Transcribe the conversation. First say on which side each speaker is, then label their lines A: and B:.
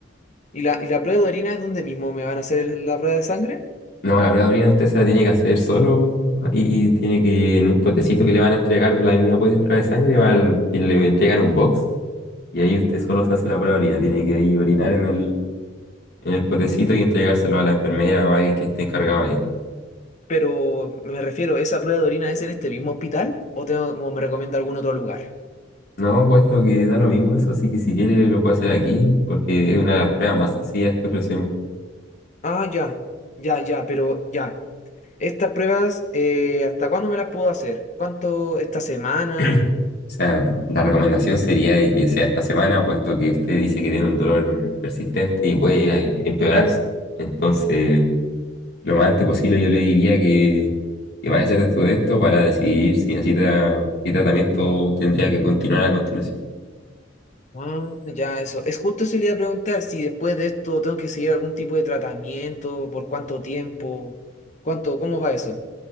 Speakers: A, on the left; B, on the left.
A: ¿Y la, y la prueba de orina es donde mismo me van a hacer el- la prueba de sangre?
B: No, la prueba de orina usted se la tiene que hacer solo y tiene que, en un potecito que le van a entregar la misma prueba de sangre, va al- y le entregan un box y ahí usted solo se hace la prueba de orina. Tiene que ahí orinar en el, en el potecito y entregárselo a la enfermera o a alguien que esté encargado ahí.
A: Pero me refiero, ¿esa prueba de orina es en este mismo hospital o, tengo, o me recomienda algún otro lugar?
B: No, puesto que da lo mismo eso, así que si quiere lo puede hacer aquí porque es una de las pruebas más sencillas que ofrecemos.
A: Ah, ya, ya, ya, pero ya. ¿Estas pruebas, eh, hasta cuándo me las puedo hacer? ¿Cuánto? ¿Esta semana?
B: <clears throat> O sea, la recomendación sería de que sea esta semana, puesto que usted dice que tiene un dolor persistente y puede eh, empeorarse. Entonces... lo más antes posible, yo le diría que, que vaya a hacer todo esto para decidir si necesita, qué tratamiento tendría que continuar a continuación.
A: Ah, ya, eso. Es justo eso le iba a preguntar si después de esto tengo que seguir algún tipo de tratamiento, por cuánto tiempo, cuánto, cómo va eso.